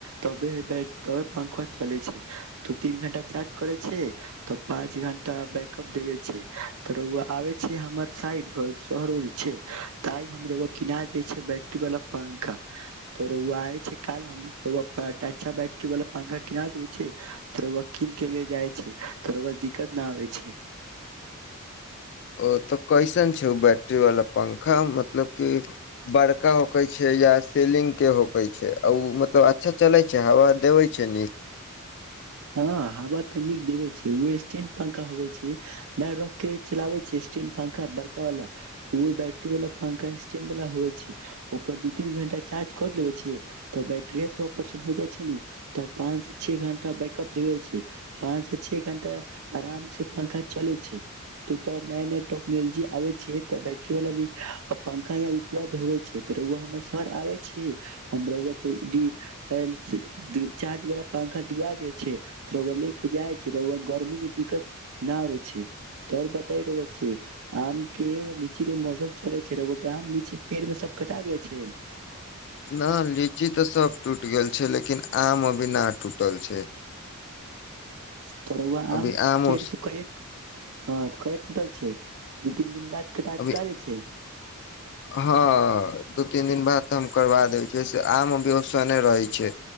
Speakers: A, on the right (about 75°); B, on the left (about 55°).
A: तबे ते पंखा चले छै तू तीन घंटा चार्ज करे छै तऽ पाँच घंटा बैकअप देवे छै त रोआ आबे छै हमर साइड शहर उरी छै आई हमरआ किना दे छै बैटरी वाला पंखा त रोआ आबैय छै काल हम रोआ बड अच्छा बैटरी वाला पंखा किना देेबे छै तोर रोआ के ले जाइ छै त रौआ दिक्कत न आबे छै
B: ओ तऽ कैसन छै ओ बैटरी बला पंखा मतलब कि बड़का होकै छै या सलिंगके होकै छै आ ओ मतलब अच्छा चलै छै हवा देबै छै नीक
A: हँ हवा तऽ नीक देबे छै ओ स्टैंड पंखा होवे छै नहि रख के चलाबै छिय स्टीन पंखा बड़का वाल उ बैटरी वाला पंखा स्टेन्ड वला हो हो छै ओकर दू तीन घंटा चार्ज कर लेबे छी तऽ बेटरीया सौ परसेन्ट हो जाइ छै नू तऽ पाँच स छे घंटा ब दे छै वह से छे घंटा आराम से पंखा चले छै तू त नया नया टेक्नोलॉजी आबे छै तऽ बैटरी वाला भी पंखा या उपलब्ध होइ छै त रोआ हम हमर सर आबे छी हमरा के डी एल्स दू चार्ज वाला पंखा दिवा दे छै त रौआ लेके जाइ छै रोआ गर्मी मे दिक्कत न आबैय छै त और बताई रोआ छै आम के लीची के मौसम चले छै रोआके आम लीची पेड़ मे सब कटा छै
B: नहि लीची तऽ सभ टूटि गेल छै लेकिन आम अभी न टूटल छै
A: त रोआ आम
B: अभी
A: पेड़
B: उस
A: स केएक ह कए टूटल छै दू तीन दिन बाद कटा
B: अभी
A: कल छै
B: हँ दू तीन दिन बाद तऽ हम करबा दै छी से आम अभी ओसनेे रहै छै